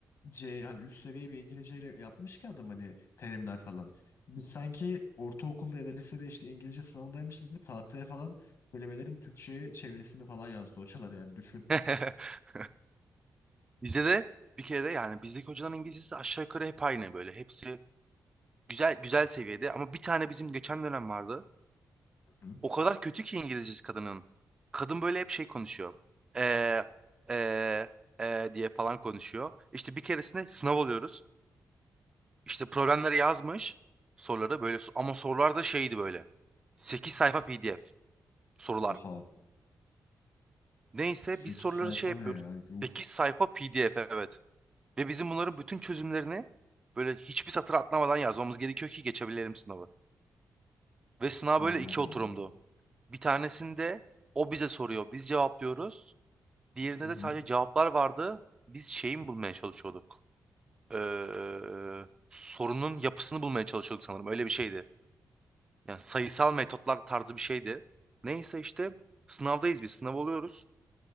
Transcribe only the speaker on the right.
<laughs> Bize de bir kere de yani bizdeki hocaların İngilizcesi aşağı yukarı hep aynı böyle. Hepsi güzel güzel seviyede ama bir tane bizim geçen dönem vardı.
O kadar kötü ki İngilizcesi kadının. Kadın böyle hep şey konuşuyor. Ee, ee, ee diye falan konuşuyor. İşte bir keresinde sınav oluyoruz. İşte problemleri yazmış. Soruları böyle so-, ama sorular da şeydi böyle. sekiz sayfa PDF sorular.
Neyse
biz soruları
şey yapıyoruz.
sekiz sayfa PDF evet. Ve bizim bunların bütün çözümlerini böyle hiçbir satır atlamadan yazmamız gerekiyor ki geçebilelim sınavı. Ve sınav
böyle iki
oturumdu. Bir tanesinde o bize soruyor. Biz cevaplıyoruz. Diğerinde
de sadece cevaplar vardı. Biz şeyin bulmaya çalışıyorduk. Ee, sorunun yapısını bulmaya çalışıyorduk sanırım. Öyle bir şeydi. Yani sayısal metotlar tarzı bir şeydi. Neyse işte sınavdayız biz. Sınav oluyoruz.